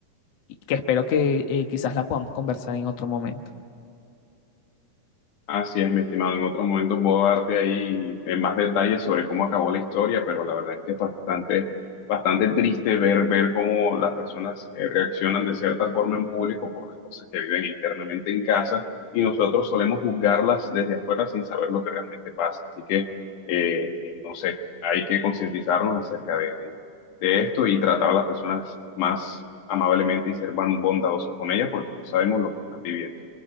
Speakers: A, on the left; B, on the left.
A: y que espero que eh, quizás la podamos conversar en otro momento.
B: Así es, mi estimado. En otro momento puedo darte ahí eh, más detalles sobre cómo acabó la historia, pero la verdad es que es bastante, bastante triste ver, ver cómo las personas eh, reaccionan de cierta forma en público por las cosas que viven internamente en casa y nosotros solemos juzgarlas desde afuera sin saber lo que realmente pasa. Así que, eh, eh, no sé, hay que concientizarnos acerca de, de- de esto y tratar a las personas más amablemente y ser más bondadosos con ellas porque no sabemos lo que están viviendo.